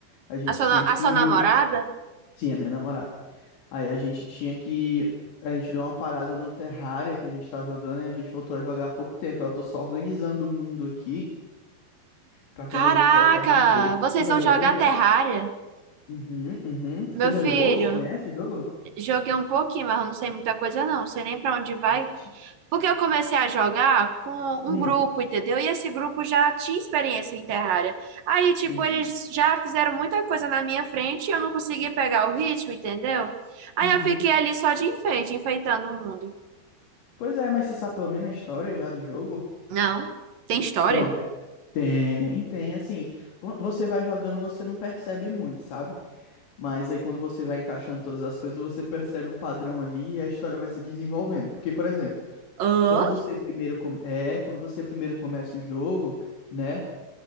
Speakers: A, on the left (about 70°); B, on the right (about 60°).
A: A gente
B: A sua,
A: tinha
B: na-
A: que
B: a sua namorada?
A: Sim, a minha namorada. Aí a gente tinha que. A gente deu uma parada no Terraria que a gente tava jogando e a gente voltou a jogar há pouco tempo. Eu tô só organizando o mundo aqui pra
B: Caraca,
A: quando a gente voltar de vez.
B: vocês
A: Você já
B: vão
A: jogou
B: jogar
A: já?
B: Terraria?
A: Uhum, uhum.
B: Meu
A: Você já
B: filho,
A: jogou? Você conhece o jogo?
B: joguei um pouquinho, mas eu não sei muita coisa não. Não sei nem pra onde vai,
A: Existe?
B: Porque eu comecei a jogar com um
A: Hum,
B: grupo, entendeu? E esse grupo já tinha experiência em Terraria. Aí, tipo,
A: entendi.
B: eles já fizeram muita coisa na minha frente e eu não consegui pegar o ritmo, entendeu? Aí
A: Uhum.
B: eu fiquei ali só de enfeite, enfeitando o mundo.
A: Pois é, mas você sabe pelo menos a história já do jogo?
B: Não, tem história?
A: Pronto. Tem, tem, assim. vo- Você vai jogando, você não percebe muito, sabe? Mas aí quando você vai encaixando todas as coisas, você percebe um padrão ali e a história vai se desenvolvendo. Porque, por exemplo,
B: Hã?
A: quando você primeiro come- é, quando você primeiro começa o jogo, né?